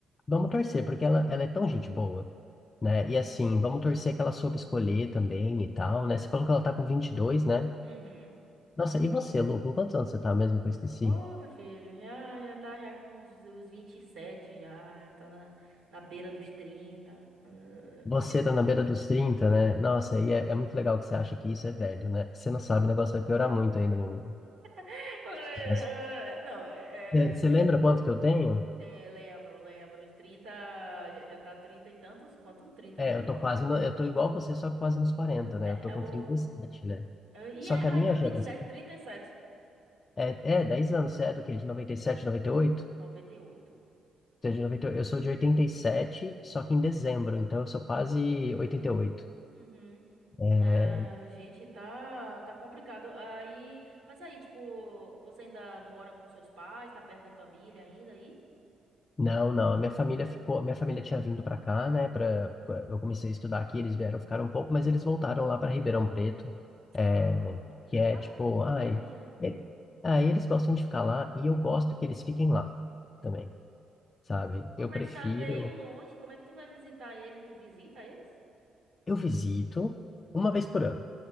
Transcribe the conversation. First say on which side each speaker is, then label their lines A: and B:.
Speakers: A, on the left (about 35°); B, on the right (about 75°).
A: Vamos torcer, porque ela, ela é tão gente boa. né? E assim, vamos torcer que ela soube escolher também e tal, né? Você falou que ela tá com vinte e dois né?
B: Uhum.
A: Nossa, e você, Lu, com quantos anos você tá mesmo que eu esqueci?
B: Ô, meu filho, já, já tá já com os, os 27 já, já tá na, na beira dos trinta Ah,
A: Você
B: sem-
A: tá na beira dos trinta né? Nossa, e é, é muito legal que você acha que isso é velho, né? Você não sabe, o negócio vai piorar muito ainda, meu amigo.
B: <laughs> Ah,
A: Mas,
B: Não, é,
A: é, Você
B: é,
A: lembra quanto que eu tenho?
B: é, lembro, lembro, os 30 já, já tá 30 e tantos, quanto 30
A: É,
B: aí?
A: eu tô quase, no- eu tô igual você, só que quase nos quarenta né?
B: É
A: Eu tô com
B: o...
A: trinta e sete né?
B: é, E
A: Só
B: é,
A: que a
B: ah,
A: minha
B: então
A: geração...
B: vinte e sete, trinta e sete,
A: É, é 10 anos, você é do quê? De 97, 98?
B: noventa e oito
A: Você é de 98? Eu sou de 87 só que em dezembro, então eu sou quase oitenta e oito
B: Uhum.
A: É,
B: Ah, gente, tá, tá complicado. Aí, mas aí, tipo, você ainda mora com seus pais, tá perto da família ainda aí?
A: não, não, a minha família ficou, a minha família tinha vindo para cá, né, para eu comecei a estudar aqui, eles vieram, ficaram um pouco, mas eles voltaram lá para Ribeirão Preto, é,
B: Ah, e
A: que é
B: tá,
A: tipo, ai,
B: tá longe, né?
A: ele- aí eles gostam de ficar lá e eu gosto que eles fiquem lá também, sabe? Eu
B: Mas
A: prefiro,
B: tá meio longe. Como é que tu vai visitar eles? Tu visita eles?
A: eu visito uma vez por ano.